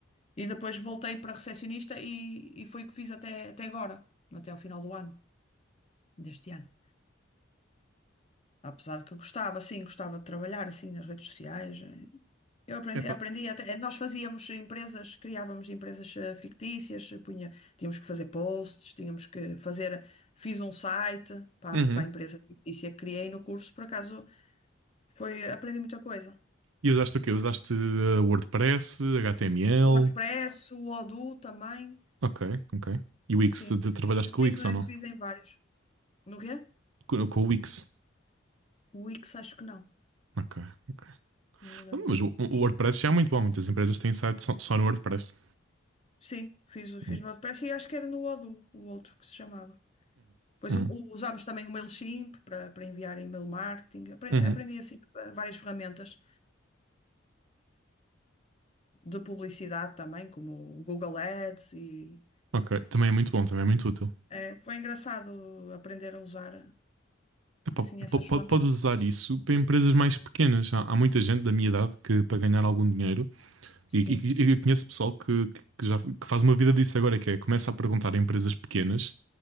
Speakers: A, on the left; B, on the right.
A: E depois voltei para recepcionista e, e foi o que fiz até, até agora, até ao final do ano, deste ano. Apesar de que eu gostava, sim, gostava de trabalhar assim nas redes sociais. eh, Eu aprendi,
B: Epá.
A: aprendi até, eh, nós fazíamos empresas, criávamos empresas eh, fictícias, eh, punha, tínhamos que fazer posts, tínhamos que fazer, eh, fiz um site para,
B: Uhum.
A: a para a empresa fictícia que criei no curso, por acaso foi, aprendi muita coisa.
B: E usaste o quê? Usaste uh, WordPress, HTML.
A: O WordPress, o Odoo também,
B: Ok, ok. E Wix,
A: assim,
B: tu, tu trabalhaste
A: fiz,
B: com
A: fiz,
B: o Wix
A: no-
B: ou não?
A: fiz em vários. No quê?
B: Com, com o Wix.
A: O Wix acho que não,
B: Ok, ok.
A: não me lembro
B: Então,
A: desse,
B: Mas o, o
A: mas
B: WordPress já é muito bom. Muitas empresas têm site só, só no WordPress.
A: sim, fiz, o- fiz
B: Uhum,
A: no WordPress e acho que era no Odoo, o outro que se chamava. Pois
B: uhum,
A: u- u- usámos também o MailChimp para, para enviar e-mail marketing. Aprendi,
B: uhum.
A: aprendi assim va- várias ferramentas de publicidade também, como o Google Ads e
B: Ok, também é muito bom, também é muito útil.
A: é, foi engraçado aprender a usar
B: Epá,
A: assim essas
B: po- po-
A: ferramentas.
B: podes usar isso para empresas mais pequenas. Há, há muita gente da minha idade que, para ganhar algum dinheiro,
A: Sim,
B: e, e- e eu conheço pessoal que, que já que faz uma vida disso agora, que é começa a perguntar a empresas pequenas